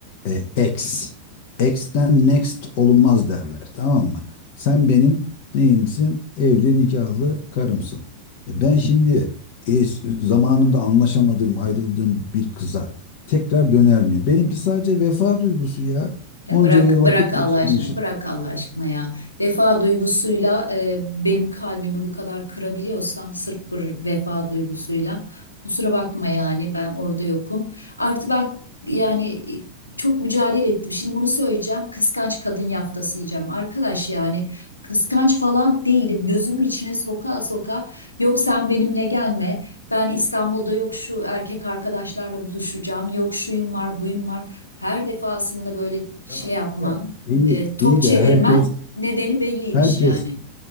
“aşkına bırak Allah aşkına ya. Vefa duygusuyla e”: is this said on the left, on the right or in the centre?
Left